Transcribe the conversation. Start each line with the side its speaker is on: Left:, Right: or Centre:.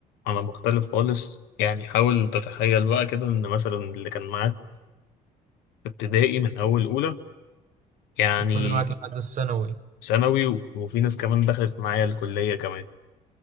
Left: انا مختلف خالص يعني حاول تتخيل بقى كده ان مثلا اللي كان معاك في ابتدائي من اول اولى يعني
Right: فضل معاك لحد الثانوي
Left: ثانوي وفي ناس كمان دخلت معايا الكلية كمان